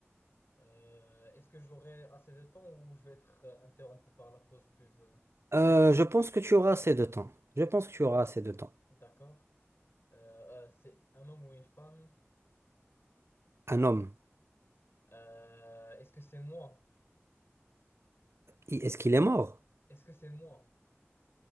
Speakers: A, on the left; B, on the right.
A: Euh, est-ce que j'aurai assez de temps ou je vais être euh, interrompu par la pause pub?
B: Euh, je pense que tu auras assez de temps. Je pense que tu auras assez de temps.
A: D'accord. Euh, euh, c'est un homme ou une femme?
B: Un homme,
A: Euh, est-ce que c'est moi?
B: i- est-ce qu'il est mort?
A: Est-ce que c'est moi?